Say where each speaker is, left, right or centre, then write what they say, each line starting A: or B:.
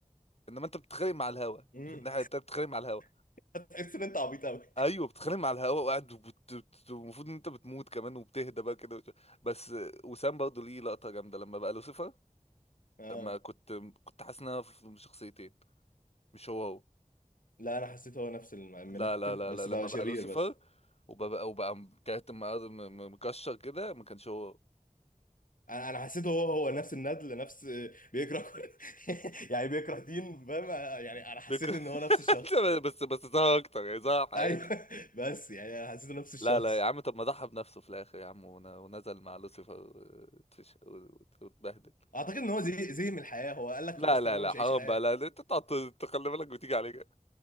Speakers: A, on the left; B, on the left.
A: إنما أنت بتتخانق مع الهوا
B: مم.
A: في الناحية التانية بتتخانق مع الهوا
B: <laughs> هتحس ان انت عبيط قوي
A: أيوه بتتخانق مع الهوا وقاعد وبت- بت- المفروض إن أنت بتموت كمان وبتهدى بقى كده وت- بس وسام برضه ليه لقطة جامدة لما بقى لوسيفر
B: اه
A: لما كنت كنت حاسس إن أنا في شخصيتين مش هو هو
B: لا انا حسيته هو نفس الم- المنتن
A: لا لا لا
B: بس
A: لا لما
B: بقى
A: بقى
B: شرير
A: لوسيفر
B: بس
A: وبقى وبقى كاتم مكشر كده ما كانش هو هو.
B: انا انا حسيته هو هو نفس الندل نفس بيكره كل <laughs> يعني بيكره دين فاهم يعني
A: <laughs>
B: انا حسيت
A: بيك- <laughs>
B: ان هو نفس الشخص
A: بس بس ظهر أكتر يعني ظهر حقيقي.
B: ايوه <laughs> بس يعني انا حسيته نفس الشخص
A: لا لا يا عم طب ما ضحى بنفسه في الاخر يا عم ون- ونزل مع لوسيفر وتش- وت- واتبهدل
B: اعتقد ان هو زي زي من الحياه هو قال لك
A: لا
B: خلاص
A: لا
B: طالما
A: لا
B: مش
A: حرام
B: هعيش حياه
A: بقى لا لا، انت تقعد تخلي بالك وتيجي عليك